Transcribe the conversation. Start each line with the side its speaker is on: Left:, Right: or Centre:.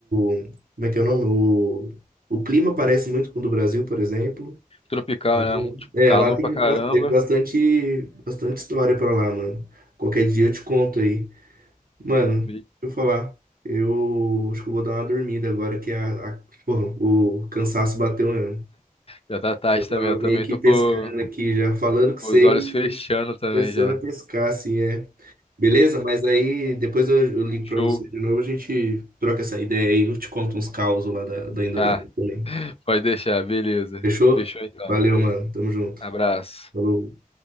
Right: o- como é que é o nome? O, o clima parece muito com o do Brasil, por exemplo.
Left: Tropical,
Right: Então,
Left: né? Um, tipo,
Right: É,
Left: calor
Right: lá tem,
Left: pra caramba.
Right: nossa, teve bastante, bastante história pra lá, mano. Qualquer dia eu te conto aí. Mano,
Left: Vixe.
Right: deixa eu falar. Eu acho que eu vou dar uma dormida agora que a, a- pô, o cansaço bateu mesmo.
Left: Já tá tarde
Right: Eu tava
Left: também. Eu também
Right: meio que
Left: tô
Right: pescando
Left: com,
Right: aqui já, falando que
Left: com
Right: sei,
Left: os olhos fechando também
Right: começando
Left: já.
Right: a pescar, assim, é. Beleza? Mas aí depois eu, eu ligo
Left: Show.
Right: pra você de novo, a gente troca essa ideia aí, eu te conto uns causos lá da, da Indonésia
Left: Ah,
Right: também.
Left: pode deixar, beleza.
Right: Fechou?
Left: Fechou então.
Right: Valeu, mano. Tamo junto.
Left: Abraço.
Right: Falou.